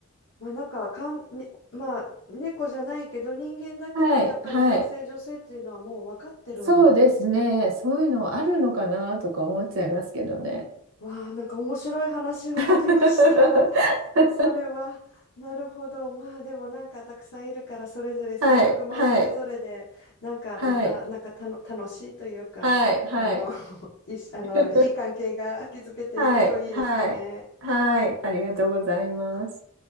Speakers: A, on the left (about 60°); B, on the right (about 75°).
A: まあ、なんか、かん、に、まあ、猫じゃないけど、人間だけど、
B: はい、
A: やっぱり男性、
B: はい。
A: 女性っていうのはもう分かってるん
B: そうですね。そういうのあるのかなとか思っちゃいますけどね。
A: わあ、なんか面白い話を聞きました。
B: <laughs>
A: <laughs> それは、なるほど。まあでもなんかたくさんいるからそれぞれ性格もそれぞれでなんかまたなんかたの楽しいというかあの
B: はい、はい、はい、はい、はい。
A: <laughs> いしあのいい関係が築けていくといいですね。
B: <laughs> はい、はい、はい。ありがとうございます。